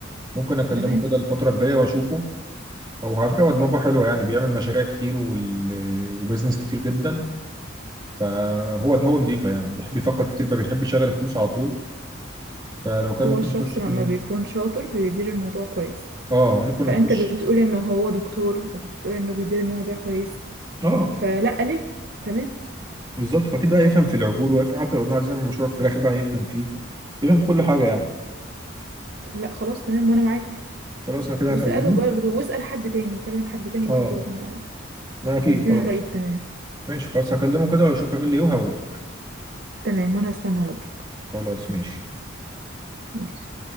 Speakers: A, on the right; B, on the right.
A: ممكن اكلمه
B: تمام
A: كده الفتره الجايه واشوفه هو على فكرة هو دماغه حلوة يعني بيعمل مشاريع كتير وال... وبزنس كتير جدا فهو دماغه نضيفة يعني بيحب يفكر كتير بقى بيحب يشغل الفلوس على طول فلو كان
B: هو
A: ممكن
B: الشخص
A: نخش
B: لما
A: كلنا
B: بيكون شاطر بيدير الموضوع كويس
A: اه ممكن
B: فانت
A: نخش
B: بتقول ان هو دكتور وبتقول انه بيدير الموضوع كويس
A: اه
B: فلا ليه تمام
A: بالظبط فاكيد بقى يفهم في العجول ويفهم حتى لو قلنا عايزين نعمل مشروع الفراخ ده هيفهم فيه يفهم في كل حاجة يعني
B: لا خلاص تمام وانا معاك
A: خلاص انا كده
B: واساله
A: هكلمه
B: برضه واسال حد تاني كلم حد تاني
A: اه
B: برضه م-
A: ما اكيد
B: يدينا
A: خلاص
B: الرأي التمام
A: ماشي خلاص هكلمه كده واشوف هيقول لي ايه وهقول له.
B: تمام وانا هستنى ردك
A: خلاص ماشي
B: ماشي